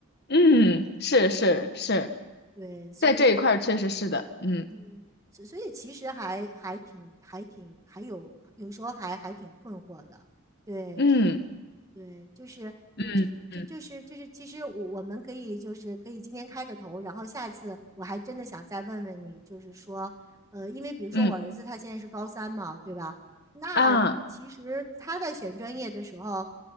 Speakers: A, on the left; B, on the right.
A: 嗯，是是是，
B: 对，所以
A: 在这一块儿确实是的。嗯
B: 嗯，所所以其实还还挺还挺还有有时候还还挺困惑的，对。
A: 嗯
B: 对，就是就就就是就是，
A: 嗯嗯
B: 其实我我们可以就是可以今天开个头，然后下次我还真的想再问问你，就是说，呃，因为比如说我儿子他现在是高三嘛，
A: 嗯
B: 对吧？那其实他在选专业的时候，
A: 啊